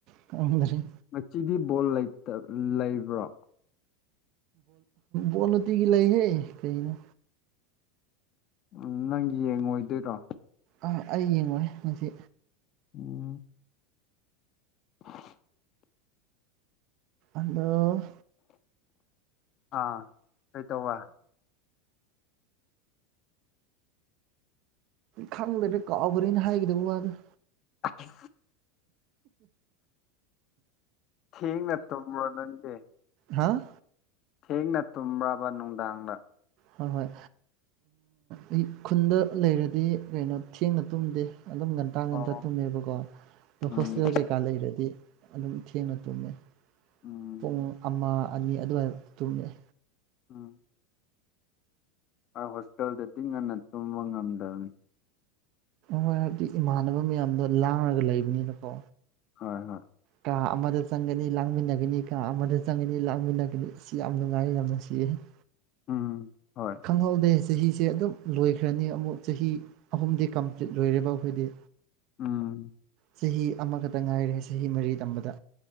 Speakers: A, on the right (about 50°); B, on the left (about 45°).
A: ꯀꯗꯔꯦ
B: ꯉꯁꯤꯗꯤ ꯕꯣꯜ ꯂꯩꯕ꯭ꯔꯣ
A: ꯕꯣꯜ ꯅꯣꯇꯤꯒꯤ ꯂꯩꯍꯦ ꯀꯩꯅꯣ
B: ꯎꯝ ꯅꯪ ꯌꯦꯡꯉꯣꯏꯗꯣꯏꯔꯣ
A: ꯑ ꯑꯩ ꯌꯦꯡꯂꯨꯔꯦ ꯉꯁꯤ
B: ꯎꯝ ꯑ
A: ꯑꯗꯣ꯫
B: ꯑꯥ ꯀꯩ ꯇꯧꯕ
A: ꯈꯪꯗ꯭ꯔ꯭ꯔꯗꯤ ꯀꯥꯎꯈ꯭ꯔꯦꯅ ꯍꯥꯏꯈꯤꯗꯕ ꯋꯥꯗꯣ
B: ꯑꯩ ꯊꯦꯡ ꯅꯠꯇꯝꯕ ꯅꯪꯦ
A: ꯍꯥꯥ
B: ꯊꯦꯡꯅ ꯇꯨꯝꯕ ꯅꯨꯡꯗꯥꯡꯗ
A: ꯍꯣꯏ ꯍꯣꯏ ꯑꯩ ꯈꯨꯟꯗ ꯂꯩꯔꯗꯤ ꯀꯩꯅꯣ ꯊꯦꯡꯅ ꯇꯨꯝꯗꯦ ꯑꯗꯨꯝ ꯉꯟ ꯃꯇꯥꯡꯗ
B: ꯑꯣ
A: ꯑꯇ ꯇꯨꯝꯃꯦꯕꯀꯣ ꯑꯗꯣ
B: ꯎꯝ
A: ꯍꯣꯁꯇꯦꯜ ꯀꯩꯀꯥ ꯂꯩꯔꯗꯤ ꯑꯗꯨꯝ ꯊꯦꯡꯅ ꯇꯨꯝꯃꯦ
B: ꯎꯝ
A: ꯄꯨꯡ ꯑꯃ ꯑꯅꯤ ꯑꯗꯨꯋꯥꯏ ꯇꯨꯝꯃꯦꯑꯦ
B: ꯎꯝ ꯑꯩ ꯍꯣꯁꯇꯦꯜꯗꯗꯤ ꯉꯟꯅ ꯇꯨꯝꯕ ꯉꯝꯗꯕꯅꯤ
A: ꯍꯣꯏ ꯍꯥꯏꯕꯗꯤ ꯏꯃꯥꯟꯅꯕ ꯃꯌꯥꯝꯗꯣ ꯂꯥꯡꯔꯒ ꯂꯩꯕꯅꯤꯅꯀꯣ
B: ꯍꯣꯏ ꯍꯣꯏ
A: ꯀꯥ ꯑꯃꯗ ꯆꯪꯒꯅꯤ ꯂꯥꯡꯃꯤꯟꯅꯒꯅꯤ ꯀꯥ ꯑꯃꯗ ꯆꯪꯒꯅꯤ ꯂꯥꯡꯃꯤꯟꯅꯒꯅꯤ ꯏꯁ ꯌꯥꯝ ꯅꯨꯉꯥꯏꯌꯦ ꯌꯥꯝ ꯅꯨꯡꯁꯤꯌꯦꯍꯦ <unintelligible>
B: ꯎꯝ ꯍꯣꯏ
A: ꯈꯪꯍꯧꯗꯦ ꯆꯍꯤꯁꯦ ꯑꯗꯨꯝ ꯂꯣꯏꯈ꯭ꯔꯅꯤ ꯑꯃꯨꯛ ꯆꯍꯤ ꯑꯍꯨꯝꯗꯤ ꯀꯝꯄ꯭ꯂꯤꯠ ꯂꯣꯏꯔꯤꯕ ꯑꯩꯈꯣꯏꯗꯤ
B: ꯎꯝ
A: ꯆꯍꯤ ꯑꯃꯈꯛꯇ ꯉꯥꯏꯔꯦ ꯆꯍꯤ ꯃꯔꯤ ꯇꯝꯕꯗ